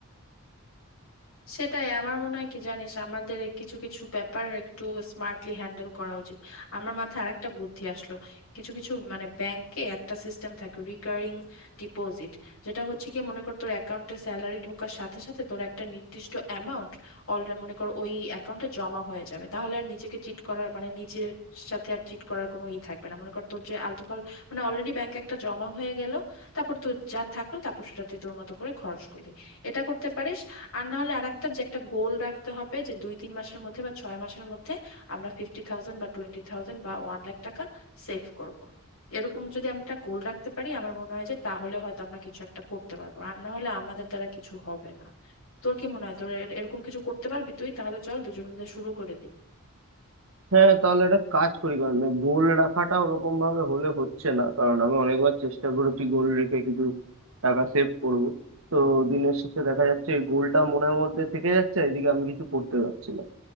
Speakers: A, on the left; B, on the right.
A: সেটাই আমার মনে হয় কি জানিস আমাদের এই কিছু কিছু ব্যাপার একটু স্মার্টলি হ্যান্ডেল করা উচিত আমার মাথায় আরেকটা বুদ্ধি আসলো কিছু কিছু মানে ব্যাংকে একটা সিস্টেম থাকে রিকারিং ডিপোজিট যেটা হচ্ছে কি মনে কর তোর অ্যাকাউন্টে স্যালারি ঢোকার সাথে সাথে তোর একটা নির্দিষ্ট অ্যামাউন্ট অলরেডি মনে কর ওই অ্যাকাউন্টে জমা হয়ে যাবে তাহলে আর নিজেকে চিট করার মানে নিজের সাথে আর চিট করার কোনো ই থাকবে না মনে কর তোর যে আলতু ফাল মানে অলরেডি ব্যাংকে একটা জমা হয়ে গেল তারপর তোর যা থাকলো তারপর সেটা তুই তোর মতো করে খরচ করলি এটা করতে পারিস আর না হলে আরেকটা যে একটা গোল রাখতে হবে যে দুই তিন মাসের মধ্যে বা ছয় মাসের মধ্যে আমরা ফিফটি থাউজেন্ড বা টোয়েন্টি থাউজেন্ড বা ওয়ান লাখ টাকা সেভ করব এরকম যদি আমরা একটা গোল রাখতে পারি আমার মনে হয় যে তাহলে হয়তো আমরা কিছু একটা করতে পারবো আর না হলে আমাদের দ্বারা কিছু হবে না তোর কি মনে হয় তোর এর- এরকম কিছু করতে পারবি তুই তাহলে চল দুজন মিলে শুরু করে দিই
B: হ্যাঁ তাহলে একটা কাজ করি কারণ গোল রাখাটা ওরকম ভাবে হলে হচ্ছে না কারণ আমি অনেকবার চেষ্টা করেছি গোল রেখে কিছু টাকা সেভ করব তো দিনের শেষে দেখা যাচ্ছে গোলটা মনের মধ্যে থেকে যাচ্ছে এদিকে আমি কিছু করতে পারছি না